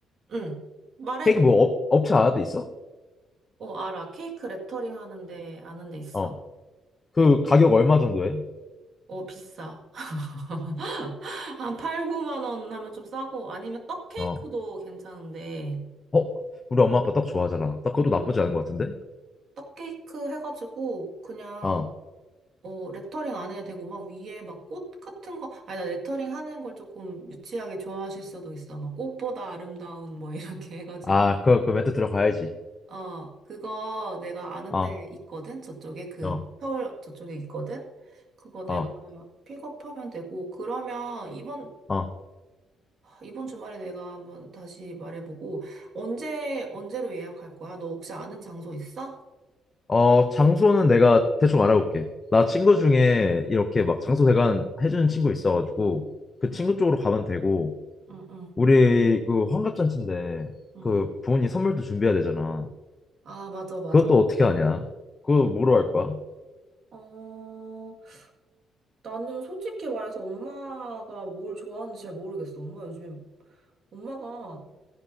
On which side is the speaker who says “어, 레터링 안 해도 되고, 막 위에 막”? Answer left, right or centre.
Right